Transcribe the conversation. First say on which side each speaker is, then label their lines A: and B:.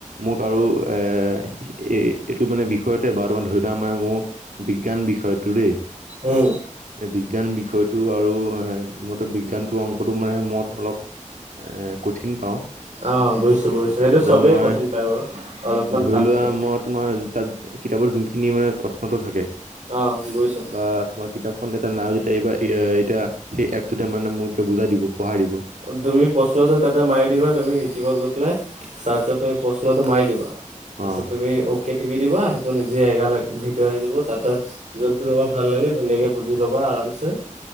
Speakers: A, on the right; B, on the right.
A: মোক আৰু এ, এ-এইটো মানে বিষয়তে বা তাৰমান ধৰি থোৱা মানে মোৰ বিজ্ঞান বি টো দেই,
B: উম
A: এই বিজ্ঞান বিষয়টো আৰু <unintelligible> বিজ্ঞান টো অংকটো মানে মই অলপ এ কঠিন পাওঁ।
B: অ বুজিছো বুজিছো সেইটো
A: তাৰছত
B: চবেই
A: মই,
B: কঠিন পায় বাৰু অলপমান
A: ধৰি
B: টান
A: লোৱা
B: পায়।
A: মই তোমাৰ তাত কিতাপৰ জোনখিনি মানে প্ৰশ্নটো থাকে
B: অ বুজিছো
A: বা তোমাৰ কিতাপখন এতিয়া নাই যেতিয়া এইবাৰ এ এতিয়া সেই এপটোতে মানে মোক এতিয়া বুজাই দিব, পঢ়াই দিব।
B: তুমি প্ৰশ্নটো তাতে মাৰি দিবা, তুমি ইউটিউবত গৈ পেলাই চাৰ্চত তুমি প্ৰশ্নটো মাৰি দিবা, তাছত
A: অ
B: তুমি অ' কে ত টিপি দিবা, সেইটো নিজে এগাল ভিডিঅ' আহি যাব, তাত জোনতটো তোমাৰ ভাল লাগে ধুনীয়াকে বুজি পাবা আৰু তাৰপিছত